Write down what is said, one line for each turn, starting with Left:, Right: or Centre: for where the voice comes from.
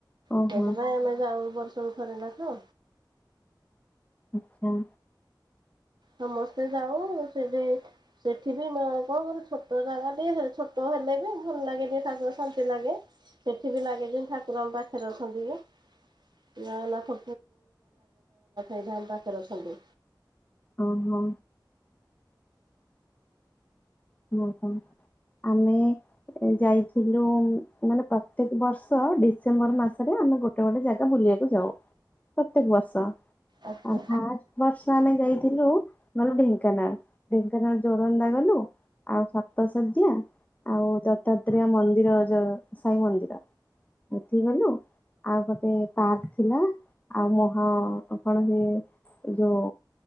Left: ଓହୋ
Right: ସେଥିପାଇଁ ଆମେ ଯାଉ ବର୍ଷରୁ ଥରେ ନାଖା।
Left: ଆଚ୍ଛା।
Right: ସମସ୍ତେ ଯାଉ ସେଠି - ସେଠି ବି କଣ ଛୋଟ ଜାଗା ଟିକେ ଛୋଟ ହେଲେ ବି ଭଲ ଲାଗେ ଟିକେ ତାଙ୍କର ଶାନ୍ତି ଲାଗେ। ସେଠି ବି ଲାଗେ ଯେ ଠାକୁରଙ୍କ ମୋ ପାଖରେ ଅଛନ୍ତି କି। <unintelligible> ଜଗନ୍ନାଥ ଏଇଠି ଆମ ପାଖରେ ଅଛନ୍ତି।
Left: ଓ ହୋ। ଓହୋ ଆମେ ଯାଇଥିଲୁ ମାନେ ପ୍ରତ୍ୟେକ ବର୍ଷ ଡିସେମ୍ବର ମାସରେ ଆମେ ଗୋଟେ ଗୋଟେ ଗୋଟେ ଜାଗା ବୁଲିବାକୁ ଯାଉ ପ୍ରତ୍ୟେକ ବର୍ଷ
Right: ଆଚ୍ଛା
Left: ଆ ବର୍ଷ ଆମେ ଯାଇଥିଲୁ ଗଲୁ ଢେଙ୍କାନାଳ ଢେଙ୍କାନାଳ ଜୋରନ୍ଦା ଗଲୁ। ଆଉ ସପ୍ତଶଯ୍ୟା ଆଉ ଦତ୍ତାତ୍ରୟ ମନ୍ଦିର ଯଉ ସାଇ ମନ୍ଦିର। ସେଠିକି ଗଲୁ। ଆଉ ଗୋଟେ ପାର୍କ ଥିଲା ଆଉ ମୁହଁ କପଣ ହୁଏ। ଯୋ